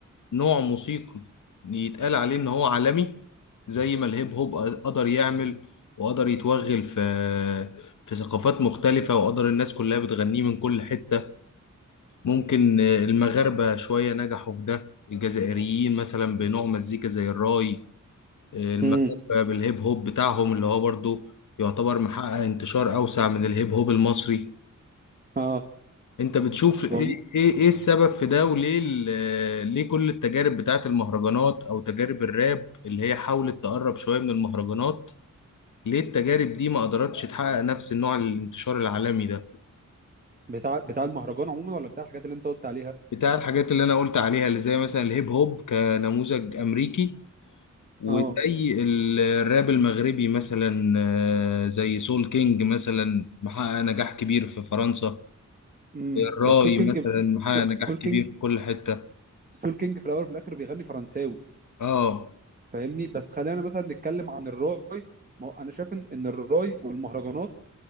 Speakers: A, on the left; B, on the right.
A: نوع موسيقي يتقال عليه ان هو عالمي زي ما الهيب هوب قدر يعمل وقدر يتوغل في في ثقافات مختلفة وقدر الناس كلها بتغنيه من كل حتة ممكن آه، المغاربة شوية نجحوا في ده الجزائريين مثلا بنوع مزيكا زي الراي آه، المغاربة
B: امم
A: بالهيب هوب بتاعهم اللي هو برضو يعتبر محقق انتشار أوسع من الهيب هوب المصري
B: اه
A: انت بتشوف ايه
B: والله
A: ايه إيه السبب في ده وليه ال- آه، ليه كل التجارب بتاعت المهرجانات او تجارب الراب اللي هي حاولت تقرب شوية من المهرجانات ليه التجارب دي ما قدرتش تحقق نفس النوع الانتشار العالمي ده
B: بتاع بتاع المهرجان عموما ولا بتاع الحاجات اللي انت قلت عليها
A: بتاع الحاجات اللي انا قلت عليها اللي زي مثلا الهيب هوب كنموذج امريكي وزي
B: اه
A: ال- الراب المغربي مثلا آه، زي سول كينج مثلا محقق نجاح كبير في فرنسا
B: امم
A: الراي
B: بس سول كينج
A: مثلا محقق نجاح
B: سول كينج
A: كبير في كل حتة
B: سول كينج في الاول وفي الاخر بيغني فرنساوي
A: اه
B: فاهمني بس خلينا مثلا نتكلم عن الراي ما هو انا شايف ان إن الراي والمهرجانات